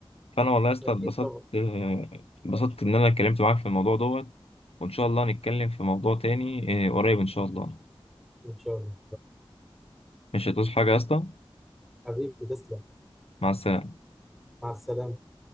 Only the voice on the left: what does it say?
فانا والله يا اسطى
اتبسطت
آه، اتبسطت ان انا اتكلمت معاك في الموضوع دوت وان شاء الله نتكلم في موضوع تاني آه، قريب ان شاء الله
مش هتوصل حاجه يا اسطى
مع السلامه